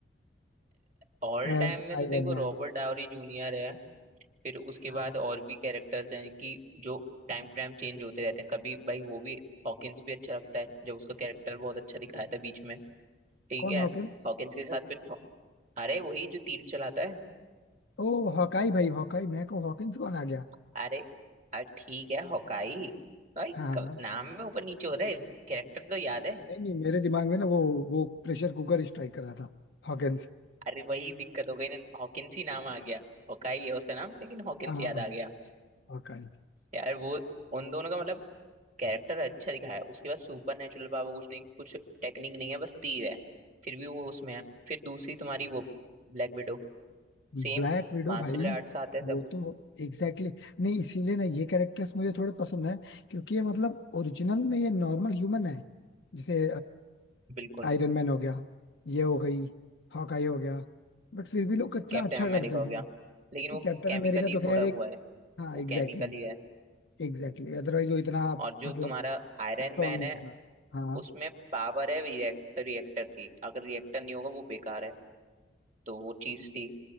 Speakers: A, on the right; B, on the left.
A: ऑल
B: as
A: टाइम में तो
B: Iron
A: देखो
B: Man
A: रॉबर्ट डावरी जूनियर है फिर उसके
B: हाँ
A: बाद और भी कैरेक्टर्स हैं कि जो टाइम टू टाइम चेंज होते रहते हैं कभी भाई वो भी हॉकिंस भी अच्छा लगता है जब उसका कैरेक्टर बहुत अच्छा दिखाया था बीच में ठीक
B: कौन
A: है
B: हॉकिंस
A: हॉकिंस के साथ फिर तो, अरे वही जो तीर चलाता है
B: ओ हॉकाई भाई हॉकाई मैं को हॉकिंस कौन आ गया
A: अरे अरे ठीक है हॉकाई भाई
B: हाँ
A: क-
B: हाँ।
A: नाम में ऊपर नीचे हो रहा है कैरेक्टर तो याद है
B: नहीं नहीं मेरे दिमाग में ना वो वो प्रेशर कुकर स्ट्राइक कर रहा था हॉकिंस
A: अरे वही दिक्कत हो गई ना हॉकिंस ही नाम आ गया हॉकाई है उसका नाम लेकिन हॉकिंस
B: हाँ
A: याद आ गया
B: हॉकाई
A: यार वो उन दोनों का मतलब कैरेक्टर अच्छा दिखाया है उसके बाद सुपर नेचुरल पावर कुछ नहीं कुछ टेक्निक नहीं है बस तीर है फिर भी वो उसमें है फिर दूसरी तुम्हारी वो Black Widow
B: ब्लैक
A: Same
B: विडो
A: martial
B: भाई
A: arts आता है
B: वो
A: सब कुछ
B: तो एग्जैक्टली exactly, नहीं इसीलिए ना ये कैरेक्टर्स मुझे थोड़े पसंद है क्योंकि ये मतलब ओरिजिनल में ये नॉर्मल ह्यूमन है जैसे
A: बिल्कुल
B: आयरन मैन हो गया ये हो गई हॉकाई हो गया बट फिर भी लोग कितना
A: कैप्टन
B: अच्छा
A: अमेरिका
B: करते हैं
A: हो
B: भाई
A: गया लेकिन वो
B: कैप्टन
A: केमिकली
B: अमेरिका तो खैर
A: थोड़ा हुआ
B: एक
A: है
B: हाँ
A: वो
B: एग्जैक्टली
A: केमिकली है
B: एग्जैक्टली अदरवाइज वो इतना
A: और जो
B: मतलब
A: तुम्हारा आयरन
B: स्ट्रांग
A: मैन
B: नहीं
A: है
B: होता हाँ
A: उसमें पावर है रिएक्टर रिएक्टर की अगर रिएक्टर नहीं होगा वो बेकार है तो वो चीज थी